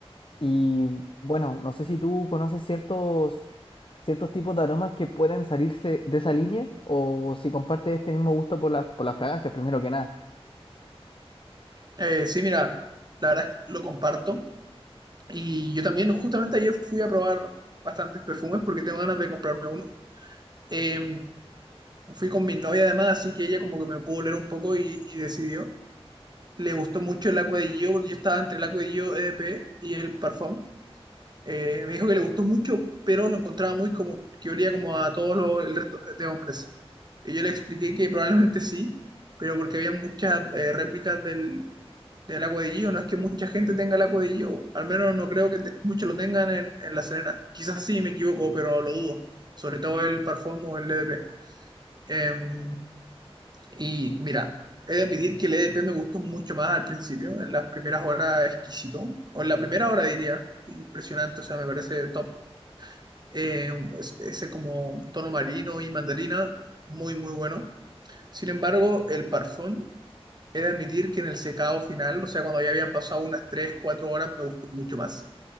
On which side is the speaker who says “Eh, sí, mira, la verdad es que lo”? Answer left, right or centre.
Right